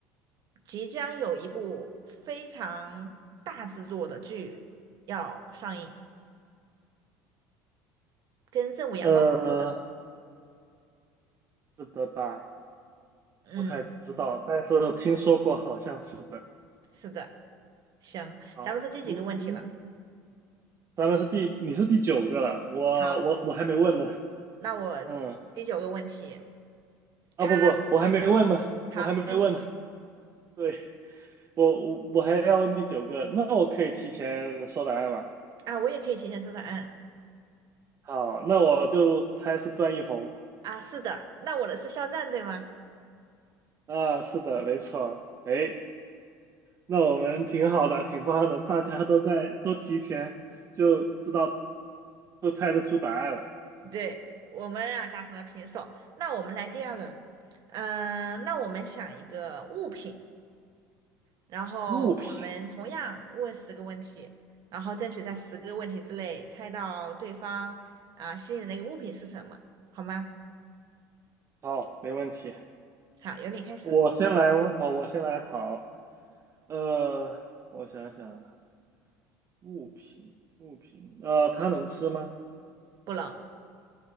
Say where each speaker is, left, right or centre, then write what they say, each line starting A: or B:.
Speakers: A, on the right (about 55°); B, on the right (about 35°).
A: 即将有一部非常大制作的剧要上映，跟正午阳光合作的？
B: 呃，是的吧？
A: 嗯，
B: 不太知道，但是听说过，好像是的。
A: 是的。行，
B: 好，
A: 咱们是第几个问题了？
B: 嗯嗯，咱们是第，你是第九个了，我我我还没问呢。
A: 好。那我
B: 嗯，
A: 第九个问题，
B: 啊不不，
A: 他
B: 我还没问呢，
A: 好，
B: 我还没问呢。
A: 该你
B: 对，我我我还要问第九个，那我可以提前说答案吗？
A: 啊，我也可以提前说答案
B: 好，那我就猜是段奕宏
A: 啊，是的，那我的是肖战对吗？
B: 啊，是的，没错。哎，那我们挺好的，挺棒的，大家都在都提前就知道，都猜得出答案了。
A: 对，我们啊打成了平手，那我们来第二轮，嗯、那我们想一个物品，然后我们同样问十个问题，
B: 物品，
A: 然后争取在十个问题之内猜到对方啊心里的那个物品是什么，好吗？
B: 好，没问题。
A: 好，由你开始，
B: 我先来吗，哦，我先来，好，呃，我想想啊物品，物品，呃，它能吃吗？
A: 不冷